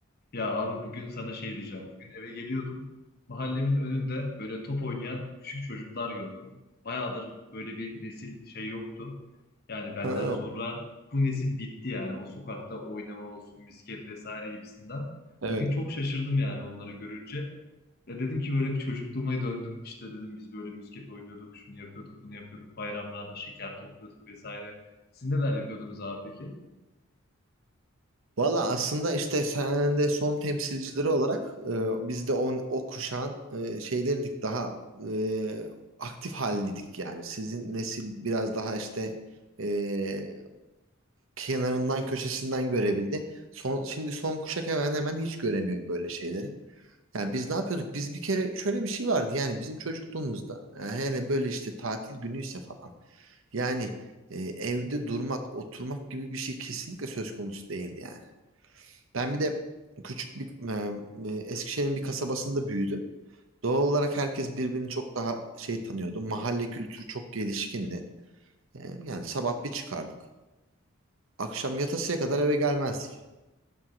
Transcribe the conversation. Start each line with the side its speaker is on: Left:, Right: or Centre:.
Left: Ya abi bugün sana şey diyeceğim. Bugün eve geliyordum. Mahallemin önünde böyle top oynayan küçük çocuklar gördüm. Bayağıdır böyle bir nesil şey yoktu. Yani benden
Right: Ha,
Left: sonra bu nesil bitti yani. O sokakta oynama olsun, misket vesaire gibisinden.
Right: evet.
Left: Bugün çok şaşırdım yani onları görünce. Ya dedim ki böyle bir çocukluğuma döndüm. İşte dedim biz böyle misket oynuyorduk, şunu yapıyorduk, bunu yapıyorduk. Bayramlarda şeker topluyorduk vesaire. Siz neler yapıyordunuz abi peki?
Right: Valla aslında işte sen de son temsilcileri olarak e, biz de on, o kuşağın e, şeylerdik daha e, aktif haldeydik yani. Sizin nesil biraz daha işte e, kenarından köşesinden görebildi. Son, şimdi son kuşak hemen hemen hiç göremiyor böyle şeyleri. Yani biz ne yapıyorduk? Biz bir kere şöyle bir şey vardı yani bizim çocukluğumuzda e, hele böyle işte tatil günüyse falan yani e, evde durmak, oturmak gibi bir şey kesinlikle söz konusu değildi yani. Ben bir de küçük bir e, e, Eskişehir'in bir kasabasında büyüdüm. Doğal olarak herkes birbirini çok daha şey tanıyordu. Mahalle kültürü çok gelişkindi. E, yani sabah bir çıkardık. Akşam yatasıya kadar eve gelmezdik.